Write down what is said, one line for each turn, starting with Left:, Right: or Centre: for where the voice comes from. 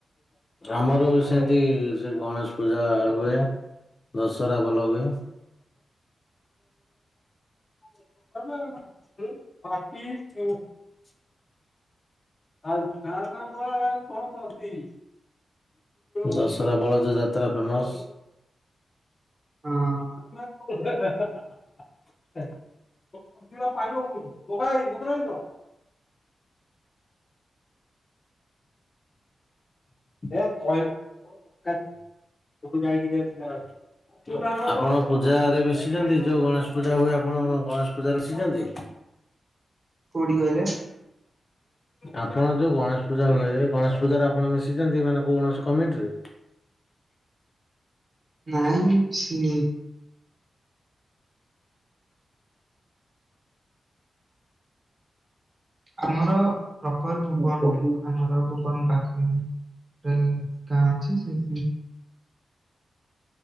Left: ଆମର ସେମତି ସେ ଗଣେଶ ପୂଜା ହୁଏ। ଦଶହରା ଭଲ ହୁଏ। <unintelligible> <unintelligible> କଂ କରୁଚି। ଦଶହରା ବଳଦ ଯାତ୍ରା ଫେମସ।
Right: ହଁ
Left: ହେଁ ହା ହା ହା। <unintelligible> <unintelligible> ଆପଣ ପୂଜାରେରେ ବଶିଛନ୍ତି ଯୋଉ ଗଣେଶ ପୂଜା ହୁଏ ଆପଣ ଗଣେଶ ପୂଜା ଶିଛନ୍ତି।
Right: କୋଡି କହଲେ?
Left: ଆପଣ ଯୋଉ ଗଣେଶ ପୂଜା ହୁଏ। ଗଣେଶ ପୂଜାରେ ଆପଣ ମିଶିଛନ୍ତି ମାନେ କ କଣସି କମିଟିରେ?
Right: ନାଇଁ କିଛି ଆମର ପ୍ରପର ଭବନ। ଆମର ଭୁବନ ପାଖରେ ଗାଁ ଅଛି ସେଠି